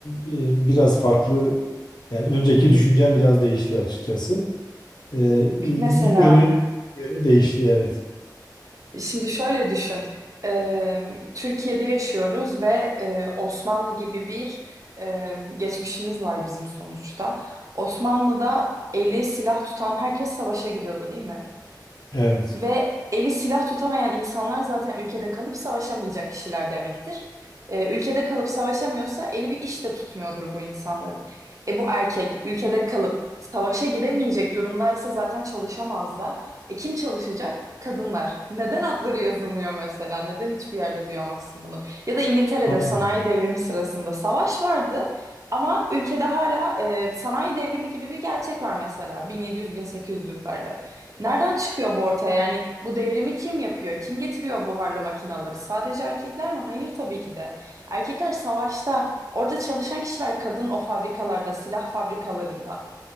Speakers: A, on the left; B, on the right.
A: e, biraz farklı yani önceki düşüncem biraz değişti açıkçası. Ee, iyi-
B: Mesela
A: bir yönü yönü değişti evet.
B: şimdi şöyle düşün. Ee, Türkiye'de yaşıyoruz ve e, Osmanlı gibi bir e, geçmişimiz var bizim sonuçta. Osmanlı'da eli silah tutan herkes savaşa gidiyordu, değil mi?
A: Evet.
B: Ve eli silah tutamayan insanlar zaten ülkede kalıp savaşamayacak kişiler demektir. Ee, ülkede kalıp savaşamıyorsa eli bir iş de tutmuyordur bu insanların. E bu erkek ülkede kalıp savaşa gidemeyecek durumdaysa zaten çalışamaz da. E kim çalışacak? Kadınlar. Neden adları yazılmıyor mesela? Neden hiçbir yerde duyamazsın bunu? Ya da İngiltere'de
A: Aynen.
B: sanayi devrimi sırasında savaş vardı. Ama ülkede hala e, sanayi devrimi gibi bir gerçek var mesela 1700-1800'lerde. Nereden çıkıyor bu ortaya? Yani bu devrimi kim yapıyor? Kim getiriyor buharlı makinaları? Sadece erkekler mi? Hayır tabii ki de. Erkekler savaşta, orada çalışan kişiler kadın o fabrikalarda, silah fabrikalarında